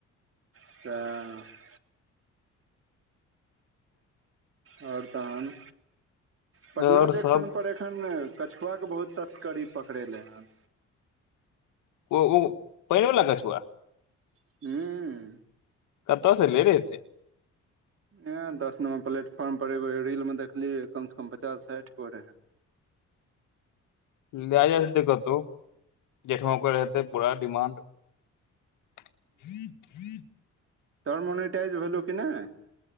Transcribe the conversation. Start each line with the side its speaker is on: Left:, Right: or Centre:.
Right: <inaudible> आओर तहन पटना
Left: और
Right: जंक्शन
Left: सब
Right: पर एक अखन कछुआ के बहुत तस्करी पकड़ेले हन।
Left: ओ ओ पानि वाला कछुआ
Right: <inaudible>
Left: कतअ सऽ ऐलय रे ऐतै
Right: ए दस नंबर प्लेटफॉर्म पर एगो रील मे देखलियै कम से कम पचास साठि गो रहे।
Left: लए जायतै कतहु जेठमा ओकर रहते पूरा डिमांड। <inaudible>
Right: तोहर मोनिटइज भेललो कि नहि।